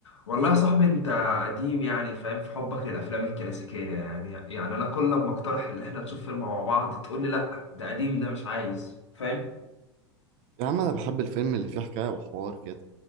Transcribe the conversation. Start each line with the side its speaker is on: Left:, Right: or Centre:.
Left: والله يا صاحبي انت قديم يعني فاهم في حبك للافلام الكلاسيكيه يعني يعني انا كل لما اقترح ان احنا نشوف فيلم مع بعض تقول لي لا ده قديم ده مش عايز فاهم
Right: يا عم انا بحب الفيلم اللي فيه حكاية وحوار كده